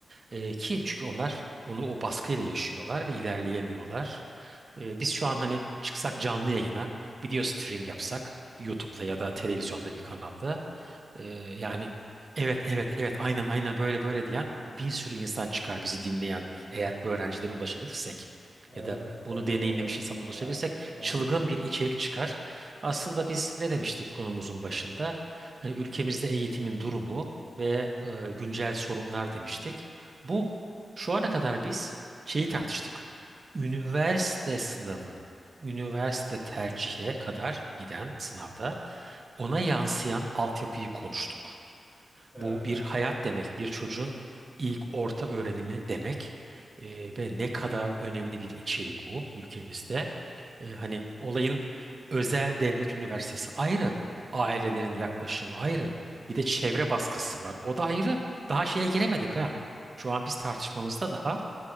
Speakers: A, on the right (about 40°); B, on the left (about 30°).
A: E, ki çünkü onlar onu o baskıyla yaşıyorlar ve ilerleyemiyorlar. E, biz şu an hani çıksak canlı yayına, video stream yapsak YouTube'da ya da televizyonda bir kanalda ee, yani evet evet evet aynen aynen böyle böyle diyen bir sürü insan çıkar bizi dinleyen eğer öğrencilere ulaşabilirsek
B: Evet,
A: ya da
B: evet
A: bunu deneyimlemiş
B: doğru.
A: insana ulaşabilirsek
B: Gerçekten ben
A: çılgın
B: de.
A: bir içerik çıkar. Aslında biz ne demiştik konumuzun başında? Hani ülkemizde eğitimin durumu ve e, güncel sorunlar demiştik. Bu şu ana kadar biz şeyi tartıştık. Üniversite sınavı, üniversite tercihe kadar giden sınavda ona yansıyan altyapıyı konuştuk.
B: Evet,
A: Bu bir hayat demek, bir çocuğun ilk orta öğrenimi demek Ee, ve ne kadar önemli bir içerik bu ülkemizde. Ee, hani olayın özel devlet üniversitesi ayrı, ailelerin yaklaşımı ayrı, bir de çevre baskısı var. O da ayrı. Daha şeye giremedik ha. Şu an biz tartışmamızda daha